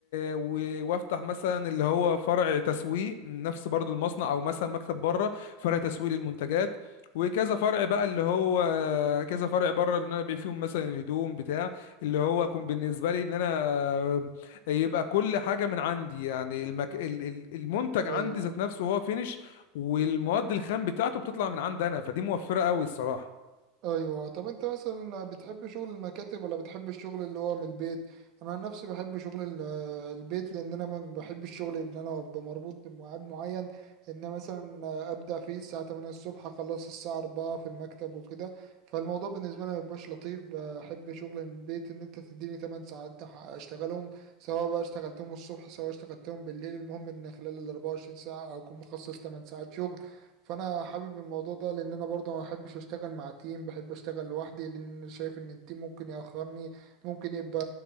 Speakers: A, on the left (about 65°); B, on the right (about 55°).
A: و... وافتح مثلا اللي هو فرع تسويق نفس برضو المصنع او مثلا مكتب بره فرع تسويق للمنتجات وكذا فرع بقى اللي هو كذا فرع بره اللي انا ببيع فيهم مثلا الهدوم بتاع اللي هو يكون بالنسبه لي ان انا يبقى كل حاجه من عندي يعني المك... ال- ال- المنتج
B: ايوه
A: عندي ذات نفسه هو فينش والمواد الخام بتاعته بتطلع من عند انا فدي موفره قوي الصراحه
B: ايوه طب انت مثلا بتحب شغل المكاتب ولا بتحب الشغل اللي هو من البيت انا عن نفسي بحب شغل ال- آه، البيت لان انا ما بحبش الشغل اللي انا ابقى مربوط بميعاد معين ان أنا مثلا ابدا فيه الساعه 8 الصبح اخلص الساعه 4 في المكتب وكده فالموضوع بالنسبه لي ما بيبقاش لطيف بحب شغل البيت ان انت تديني 8 ساعات أح- اشتغلهم سواء بقى اشتغلتهم الصبح سواء اشتغلتهم بالليل المهم ان خلال ال 24 ساعه اكون مخصص 8 ساعات شغل فانا حابب الموضوع ده لان انا برضه ما بحبش اشتغل مع تيم بحب اشتغل لوحدي لان أنا شايف ان التيم ممكن ياخرني ممكن يبقى